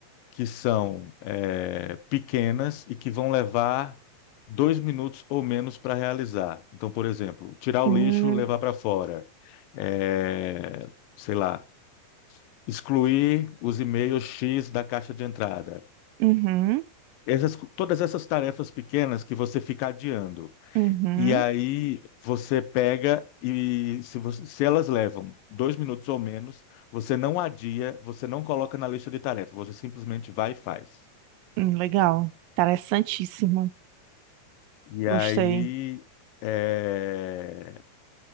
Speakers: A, on the left (about 85°); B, on the right (about 85°).
A: que são é, pequenas e que vão levar dois minutos ou menos para realizar. Então, por exemplo, tirar o
B: Hum,
A: lixo, levar para fora. É, sei lá, excluir os e-mails X da caixa de entrada.
B: Uhum,
A: Essas- todas essas tarefas pequenas que você fica adiando.
B: uhum,
A: E aí você pega e se, você- se elas levam dois minutos ou menos, você não adia, você não coloca na lista de tarefas, você simplesmente vai e faz.
B: hum, legal. Interessantíssimo.
A: E
B: Gostei.
A: aí, é,